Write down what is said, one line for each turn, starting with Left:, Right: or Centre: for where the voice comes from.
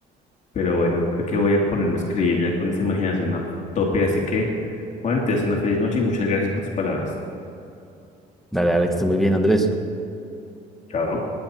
Left: Pero bueno, creo que voy a ponerme a escribir ya con esa imaginación a tope. Así que, Juan, te deseo una feliz noche y muchas gracias por tus palabras.
Centre: Dale al extra muy bien, Andrés.
Left: Chao.